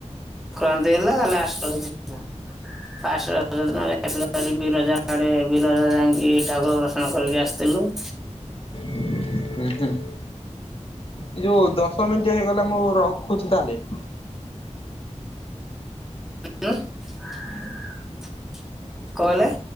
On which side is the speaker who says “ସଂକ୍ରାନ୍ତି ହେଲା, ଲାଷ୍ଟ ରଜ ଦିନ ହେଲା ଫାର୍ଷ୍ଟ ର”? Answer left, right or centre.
Centre